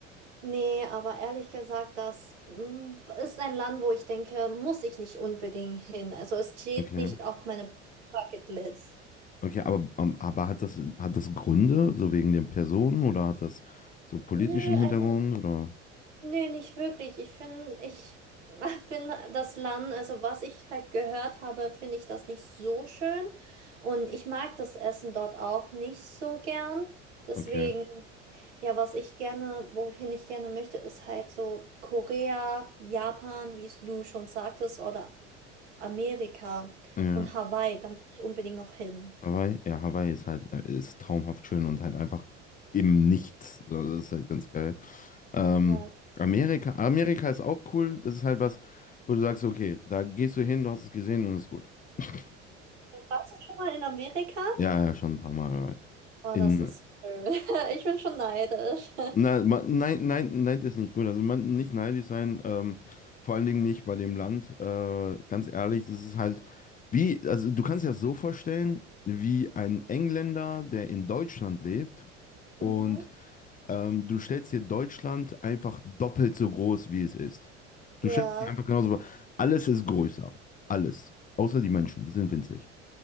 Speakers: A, on the right (about 70°); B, on the left (about 20°).
A: Nee, aber ehrlich gesagt, das mm, ist ein Land, wo ich denke, muss ich nicht unbedingt hin. Also es steht
B: Okay.
A: nicht auf meiner Bucketlist.
B: Okay, aber, ähm, aber hat das, hat das Gründe, so wegen den Personen oder hat das so politischen
A: Nö,
B: Hintergrund
A: also
B: oder?
A: Nee, nicht wirklich. Ich finde, ich <laughs> finde das Land, also was ich halt gehört habe, finde ich das nicht so schön. Und ich mag das Essen dort auch nicht so gern. Deswegen,
B: Okay.
A: ja, was ich gerne, wohin ich gerne möchte, ist halt so Korea, Japan, wie es du schon sagtest, oder Amerika
B: Ja,
A: und Hawaii. Da möchte ich unbedingt noch hin.
B: Hawaii, ja, Hawaii ist halt, äh, ist traumhaft schön und halt einfach im Nichts. So, Das ist halt ganz geil. Ähm,
A: Ja.
B: Amerika, Amerika ist auch cool. Das ist halt was, wo du sagst, okay, da gehst du hin, du hast es gesehen und ist gut. <laughs>
A: Warst du schon mal in Amerika?
B: Ja, ja, schon ein paar Mal. ja.
A: Oh,
B: In,
A: das ist schön. <laughs> Ich bin schon neidisch. <laughs>
B: Na, ma- nein, nein, nein, das ist nicht gut. Also man nicht neidisch sein, ähm, vor allen Dingen nicht bei dem Land. Äh, ganz ehrlich, das ist halt wie, also du kannst dir das so vorstellen, wie ein Engländer, der in Deutschland lebt und
A: Mhm.
B: ähm, du stellst dir Deutschland einfach doppelt so groß, wie es ist.
A: Ja.
B: Du stellst dir einfach genauso vor. Alles ist größer. Alles. Außer die Menschen, die sind winzig.